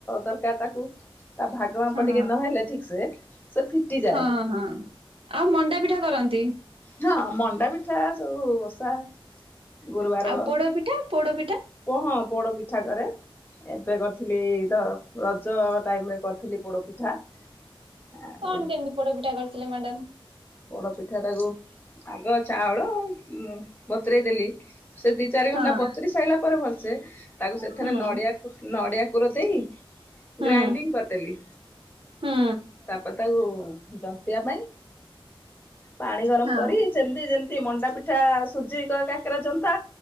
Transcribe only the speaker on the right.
ହଁ
ହଁ ହଁ। ଆଉ ମଣ୍ଡା ପିଠା କରନ୍ତି?
ଆଉ ପୋଡ ପିଠା ପୋଡ ପିଠା?
କଣ କେମିତି ପୋଡପିଠା କରିଥିଲେ ମାଡାମ?
ହଁ
ହୁଁ
ହୁଁ
ହୁଁ
ହଁ